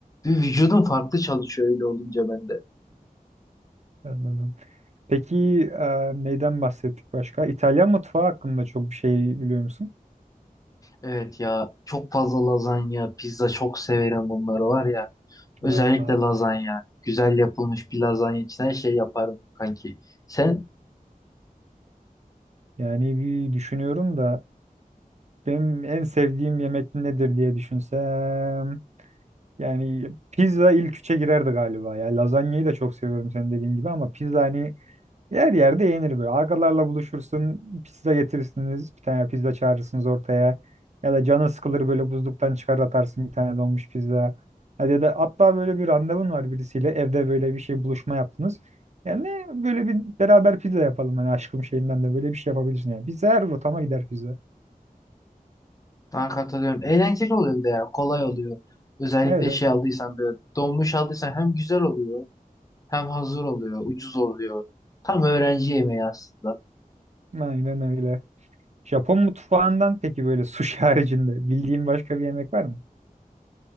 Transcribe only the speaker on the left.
Bir vücudum farklı çalışıyor öyle olunca bende.
Evet ya çok fazla lazanya, pizza çok severim bunları var ya. Özellikle
lazanya. Güzel yapılmış bir lazanya için her şey yaparım kanki. Sen
Sana katılıyorum. Eğlenceli oluyor bir de ya. Kolay oluyor. Özellikle
şey aldıysan böyle donmuş aldıysan hem güzel oluyor hem hazır oluyor. Ucuz oluyor. Tam öğrenci yemeği aslında.